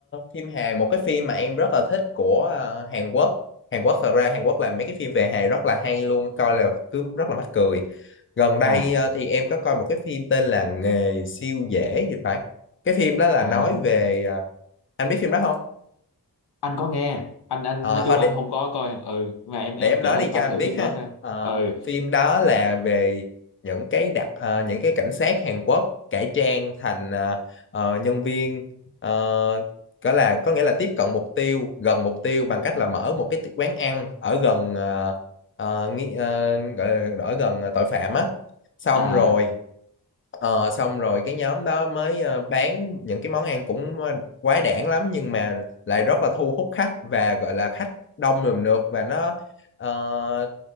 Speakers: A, on the left; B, on the left.
A: phim hài một cái phim mà em rất là thích của ờ, Hàn Quốc Hàn Quốc thật ra Hàn Quốc làm mấy cái phim về hài rất là hay luôn coi là cứ rất là mắc cười gần đây
B: à
A: ờ, thì em có coi một cái phim tên là Nghề siêu dễ thì phải cái phim đó là
B: à
A: nói về ờ, anh biết phim đó không
B: anh có nghe anh anh
A: Ờ,
B: nói
A: thôi
B: chung anh
A: để
B: không có coi ừ mà em em
A: để em nói
B: kể lại
A: đi
B: giúp
A: cho
B: anh
A: anh
B: thử
A: biết
B: phim đó
A: ha
B: coi
A: Ờ,
B: ừ
A: phim đó là về những cái đặc ờ, những cái cảnh sát Hàn Quốc cải trang thành ờ, ờ, nhân viên ờ, có là có nghĩa là tiếp cận mục tiêu gần mục tiêu bằng cách là mở một cái ti- quán ăn ở gần ờ, ờ, nghi- ờ, gọi là ở gần ờ, tội phạm á xong
B: à
A: rồi Ờ, xong rồi cái nhóm đó mới ờ, bán những cái món ăn cũng ờ, quái đản lắm nhưng mà lại rất là thu hút khách và gọi là khách đông rườm rượp và nó ờ,